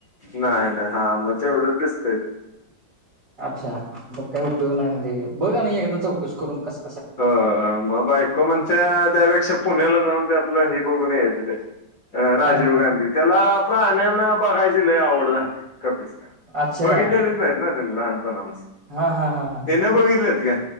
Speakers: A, on the left; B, on the right.
A: नाही नाही हा म्हणजे तेवढेच दिसतय ते
B: अच्छा मग काय उपयोग नाही म्हणजे बघ नाही एकादा चौकशी करून कस
A: ह मग बायको म्हणते त्यापेक्षा पुण्याला जाऊन ते आपलं हे बघून यायचं. राजीव
B: काय
A: गांधी त्याला प्राण्यांना बघाय ती लय आवड झा कपिस्ता
B: अच्छा
A: बघितलेलेच नाहीत ना त्यांनी लहानपणापासून
B: हा हा हा हा
A: तिने बघितलेत का?